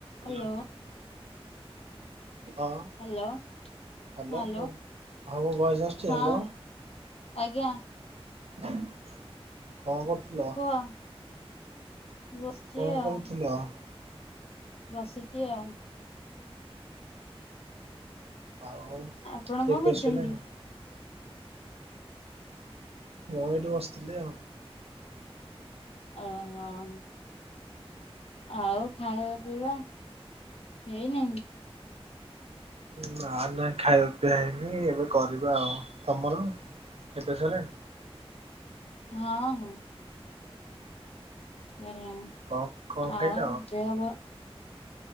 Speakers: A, on the right; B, on the left.
A: ଆଜ୍ଞା।
B: ହ୍ୟାଲୋ
A: ହଁ। Hello
B: hello hello
A: ମୁଁ ହଁ ମୋ ଭଏସ ଆସୁଚି
B: ହଁ
A: ହ୍ୟାଲୋ?
B: ଆଜ୍ଞା।
A: କଣ କରୁଥିଲ?
B: ହଁ ଏଇ ବସିଛି
A: କଣ
B: ଆଉ।
A: <unintelligible>
B: ବସିଚି ଆଉ।
A: ଆଉ
B: ଆପଣ
A: ଖିଆ
B: କଣ
A: ପିଆ
B: କରୁଛନ୍ତି?
A: ସଇଲାଣି ମୁଁ ଏଇଠି ବସିଥିଲି ଆଉ।
B: ଆ ହଉ। ଆଉ ଖାଇବା ପିଇବା ହେଇନାଇ?
A: ନା ନା ଖାଇବା ପିଇଆ ହେଇନି ଏବେ କରିବା ଆଉ। ତମର? ଖିଆପିଆ ସଇଲାଣି?
B: ହଁ ହଁ। ହୁଁ
A: କଣ କଣ ଖାଇଲ?
B: ଆଉ ଦେହ ଭଲ୍